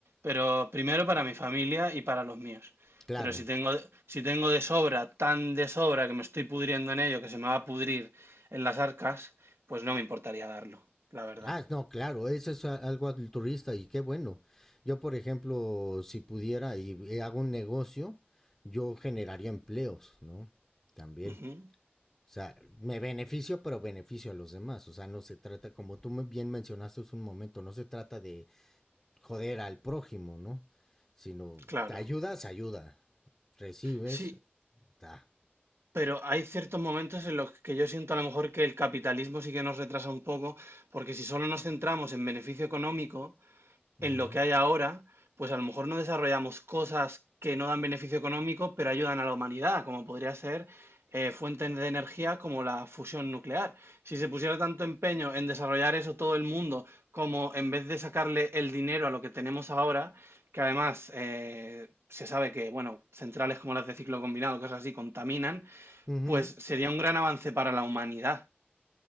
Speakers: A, on the right; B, in the centre.
A: Pero primero para mi familia y para los míos.
B: Claro.
A: Pero si tengo, si tengo de sobra, tan de sobra que me estoy pudriendo en ello, que se me va a pudrir en las arcas, pues no me importaría darlo, la verdad.
B: Ah, no, claro, eso es a- algo altruista y qué bueno. Yo, por ejemplo, si pudiera y y hago un negocio, yo generaría empleos, ¿no? También.
A: Ujú,
B: O sea, me beneficio, pero beneficio a los demás. O sea, no se trata, como tú me- bien mencionaste hace un momento, no se trata de joder al prójimo, ¿no? Sino,
A: claro.
B: te ayudas, ayuda. Recibes,
A: Sí,
B: da.
A: Pero hay ciertos momentos en los que yo siento a lo mejor que el capitalismo sí que nos retrasa un poco, porque si solo nos centramos en beneficio económico, en
B: Uh -huh.
A: lo que hay ahora, pues a lo mejor no desarrollamos cosas que no dan beneficio económico, pero ayudan a la humanidad, como podría ser eh, fuentes de energía como la fusión nuclear. Si se pusiera tanto empeño en desarrollar eso todo el mundo, como en vez de sacarle el dinero a lo que tenemos ahora, que además eh, se sabe que, bueno, centrales como las de ciclo combinado, cosas así, contaminan,
B: Uh -huh.
A: pues sería un gran avance para la humanidad,